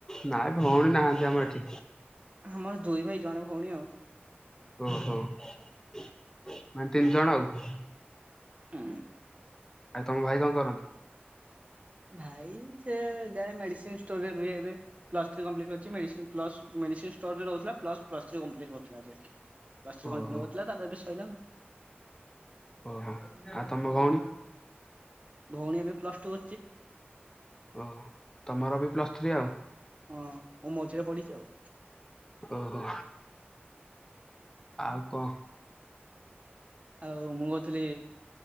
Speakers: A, on the left; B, on the right.
A: ନାଇଁ ଭଉଣୀ ନାହାନ୍ତି ଆମର ଏଠି।
B: ଆମର ଦୁଇ ଭାଇ ଜଣେ ଭଉଣୀ ଆଉ
A: ଅହୋ ମାନେ ତିନି ଜଣ ଆଉ
B: ହଁ
A: ଆଉ ତମ ଭାଇ କଣ କରନ୍ତି
B: ଭାଇ ସେ ଯାଏ ମେଡିସିନ୍‌ଷ୍ଟୋର ରେ ରୁହେପ୍ଲସ୍‌ ଥ୍ରୀ ଲି କପ୍ଟ ମ ପ୍ଲ ମେଡ଼ିସିନ୍ ଷ୍ଟୋରରେ ରହୁଥିଲା ପ୍ଲସ୍ ପ୍ସ୍ ଥ୍ରୀ କମ୍ପ୍ଲିଟ୍ଥିଲା ସେ ପ୍ଲସ୍ ଥ୍ରୀ
A: ଓହୋ
B: କଣ୍ଟିନ
A: ଅହୋ ଆଉ ତମ ଭଉଣୀ
B: ଭଉଣୀ ଏବେ ପ୍ଲସ୍ ଟୁ
A: ଓ ତମର ବି ପ୍ଲସ୍ ଥ୍ରୀ ଆଉ
B: ହଁ ମୁଁ ମଝିରେ ପଡିଛି ଆଉ
A: ଓହୋ ଆଉ କଣ
B: ଆଉ ମୁଁ ଥିଲି